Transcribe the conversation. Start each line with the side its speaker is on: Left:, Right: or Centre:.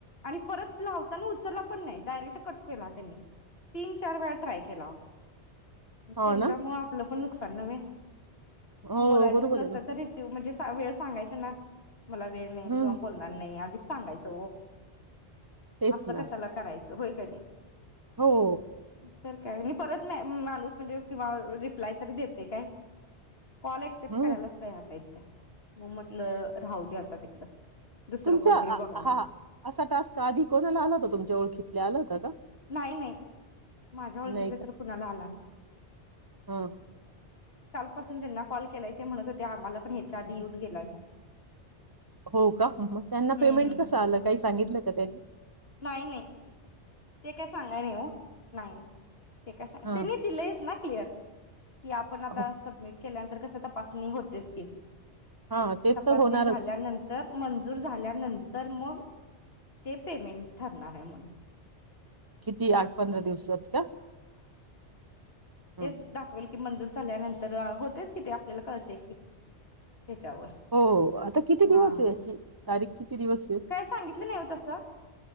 Left: आणि परत लावताना उच उचल्ला पण नाई, डायरेक्ट कट केला त्यांनी, तीन चार वेळा ट्राय केला अवो उ
Right: हो
Left: त्यांच्यामुळे
Right: ना
Left: आपलं पण नुकसान नव्हे.
Right: हो
Left: म बोलायचंच
Right: बरोबर
Left: नसेल
Right: आहे ना
Left: तर रिसिव म्हणजे स चा वेळ सांगायचं ना मला वेळ नई
Right: हम्म
Left: किंवा बोलणार नई, आधीच सांगायचं ओ
Right: तेच
Left: असं
Right: ना
Left: कशाला करायचं. व्हय कणी
Right: हो.
Left: तर काय नि परत नाय, उम माणूस म्हणजे किंवा रिप्लाय तर देतय काय कॉल एक्सेप्ट
Right: हम्म
Left: करायलाच तयार नईत त्या मग म्हटलं राहू दे आता तिकडं दुसरं
Right: तुमच्या
Left: कोणतरी
Right: हं
Left: बघायला
Right: हा असा टास्क आधी कोणाला आला होता. तुमच्या ओळखीतले आला होत का?
Left: नाही नाही माझ्या ओळखीतलं
Right: नाही का?
Left: तर कुणाला आला नाही
Right: हा.
Left: सकाळ पासून ज्याना कॉल केलाय ते म्हणत होते, आम्हाला पण ह्याच्या आधी येऊन गेलाय.
Right: हो का? मग त्यांना
Left: हम्म
Right: पेमेंट
Left: हम्म
Right: कसं
Left: हम्म.
Right: आलं काही सांगितलं का त्यांनी
Left: नाही नाही ते काय सांगाया नाही हो नाही. ते काय सांगा
Right: हा
Left: त्यांनी दिलयच ना क्लियर कि आपण आता
Right: हो
Left: सबमिट केल्यानंतर कस तपासणी होतेच की
Right: हा ते
Left: तपासणी
Right: तर होणारच
Left: झाल्यानंतर मंजूर झाल्यानंत तर मग ते पेमेंट ठरणार आहे म्हनून
Right: किती आठ पंधरा दिवसात का? हं.
Left: तेच दाखवेल. कि मंजूर झाल्यानंतर होतेच कि ते आपल्याला कळते की त्याच्यावर
Right: हो आता किती दिवस
Left: हा
Right: आहे याची तारीख किती दिवस आहे
Left: काय सांगितलं नाही हो तस